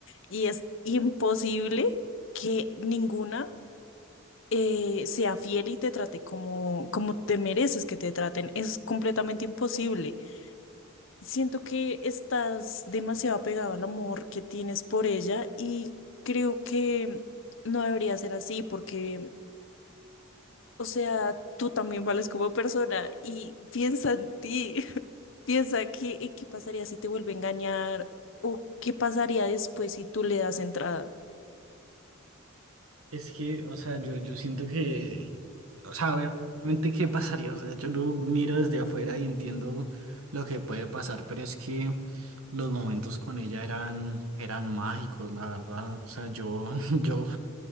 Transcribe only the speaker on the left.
y es imposible que ninguna eh, sea fiel y te trate como, como te mereces que te traten. Es completamente imposible. Siento que estás demasiado apegado al amor que tienes por ella y creo que no debería ser así porque, o sea, tú también vales como persona y piensa en ti, <laughs> piensa que, en qué pasaría si te vuelve a engañar o qué pasaría después si tú le das entrada.